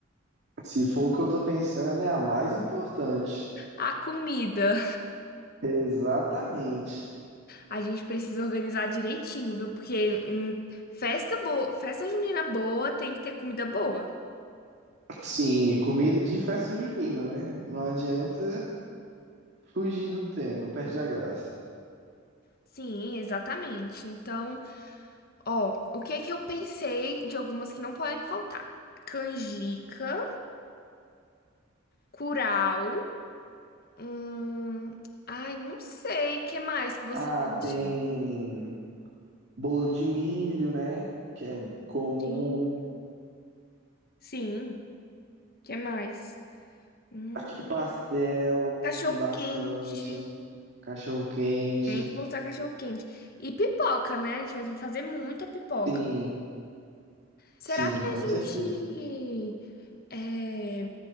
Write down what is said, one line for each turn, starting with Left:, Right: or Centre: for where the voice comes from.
Right: Se for o que eu tô pensando, é a mais importante.
Left: A comida.
Right: Exatamente.
Left: A gente precisa organizar direitinho, viu? Porque hum, festa boa, festa junina boa tem que ter comida boa.
Right: Sim, comida de festa junina, né? Não adianta fugir do tema, perde a graça.
Left: Sim, exatamente. Então, Ó, o que que eu pensei de algumas que não podem faltar? Canjica, curau, hum... Ai, não sei, que mais que você
Right: Ah,
Left: acha?
Right: tem bolo de milho, né? Que é comum.
Left: Sim, sim, que mais? Hum,
Right: Aqui pastel,
Left: cachorro
Right: tem bastante.
Left: quente.
Right: Cachorro quente.
Left: Tem que botar cachorro quente. E pipoca, né? A gente vai ter que fazer muita pipoca.
Right: Sim,
Left: Será
Right: sim,
Left: que
Right: com
Left: a gente
Right: certeza.
Left: é,